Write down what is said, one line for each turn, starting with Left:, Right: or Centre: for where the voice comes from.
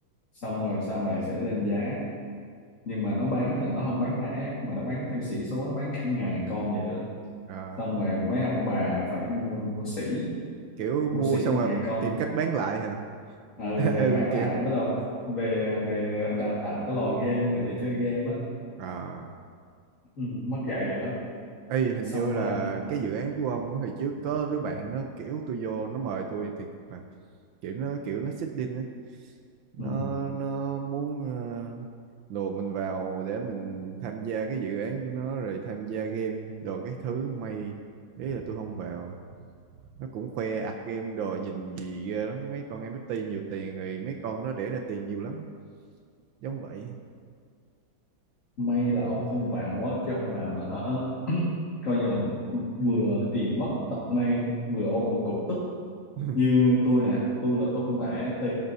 Left: xong rồi sau này sẽ lên giá nhưng mà nó bán là nó không bán lẻ mà nó bán theo sĩ số nó bán cả ngàn con vậy đó
Right: à,
Left: xong rồi mấy ông bà phải mua mua sỉ
Right: kiểu mua
Left: mua sỉ
Right: xong rồi
Left: ngàn con
Right: tìm cách bán lại hả
Left: ừ,
Right: <laughs>
Left: về
Right: ừ
Left: bán
Right: kiểu
Left: lại với lâu về về đào tạo cái lò game mà để chơi game á
Right: à
Left: ừ, mất dạy vậy đó
Right: Ê, hình
Left: xong
Right: như
Left: rồi
Right: là cái dự án của ông á, hồi trước có đứa bạn nó kiểu tôi vô nó mời tôi thiệt mà kiểu nó kiểu nó xích đinh á nó
Left: ừ,
Right: nó muốn ờ, lùa mình vào để mình tham gia cái dự án của nó rồi tham gia game đồ các thứ may ý là tôi không vào nó cũng khoe ạc game đồ nhìn gì ghê lắm mấy con em NFT nhiều tiền rồi mấy con nó để ra tiền nhiều lắm giống vậy
Left: may là ông không vào á chứ ông vào là hả coi như là vừa tiền mất tật mang vừa ôm một cục tức
Right: <laughs>
Left: như tôi nè tôi là tôi không phải FT